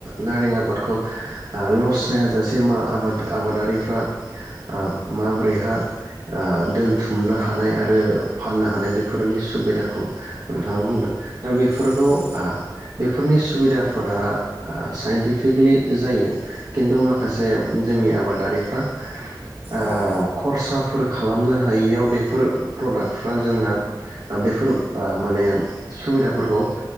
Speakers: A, on the right; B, on the left.
A: नारें आबादखौ ओ लस जायाजासे मा आबाद आबादारिफ्रा ओ माबोरैहा दोन थुमनो हानाय आरो फाननो हानाय बेफोरनि सुबिदाखौ नोंथाङा बुंदों। दा बेफोरखौ
B: औ
A: आ बेफोरनि सुबिदाफोरा आ साइन्टिफिकलि जायो खिन्थु मा खासे जोंनि आबादारि <inaudible> ओ
B: औ उम औ
A: खरसा फोर खालामनो हायियाव बेफोर प्रडाक्टफ्रा जोंना बेफोर अ माने सुबिदाफोरखौ